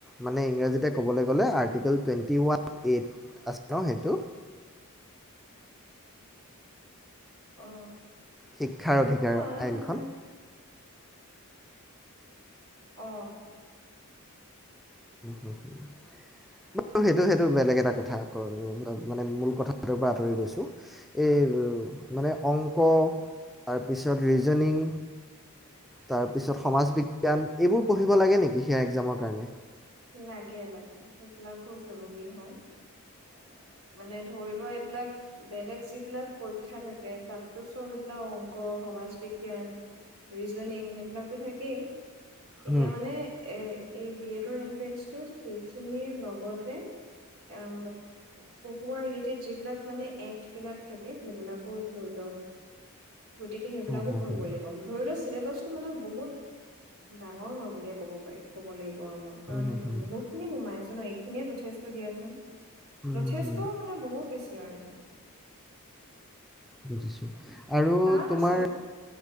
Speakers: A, in the centre; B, on the right.
A: মানে ইংৰাজীতে ক'বলৈ গ'লে আৰ্টিকেল টুৱেণ্টি ওৱান এইট আছে ন সেইটো
B: অ
A: শিক্ষাৰ
B: নহয়
A: অধিকাৰ আইনখন
B: মানে অ
A: বু সেইটো সেইটো বেলেগ এটা কথা মানে মূল কথাটোৰ পৰা আঁতৰি গৈছোঁ এই মানে অংক তাৰপিছত ৰিজনিং তাৰপিছত সমাজ বিজ্ঞান এইবোৰ পঢ়িব লাগে নেকি সেয়া এক্সজামৰ কাৰণে
B: লাগে লাগে সেইবিলাকো জৰুৰী হয় আহ মানে ধৰি লোৱা এইবিলাক বেলেগ যিবিলাক পৰীক্ষা থাকে তাততো চব এইবিলাক অংক সমাজ বিজ্ঞান ৰিজনিং এইবিলাকতো থাকেই এতিয়া
A: হুম
B: মানে এ এই বি এডৰ এণ্ট্ৰি <unintelligible> সেইখিনিৰ লগতে এ ম পঢ়োৱাৰ ৰিলেটেড যিবিলাক মানে এক্টবিলাক থাকে সেইবিলাকো জড়িত গতিকে সেইবিলাকো
A: হুম হুম
B: পঢ়িব
A: হুম
B: লাগিব ধৰি লও চেলেবাচ যিটো মানে বহুত ডাঙৰ হয় বুলিয়ে ক'ব পাৰি ক'ব লাগিব আৰু কাৰণ
A: হুম হুম
B: বহুত খিনি সোমাই আছে ন এইখ খিনিয়ে যথেষ্ট দিয়াচোন যথেষ্ট
A: হুম হুম
B: মানে বহুত বেছি <unintelligible> আৰু এইখিনি।
A: বুজিছো। আৰু
B: টান
A: তোমাৰ
B: আছে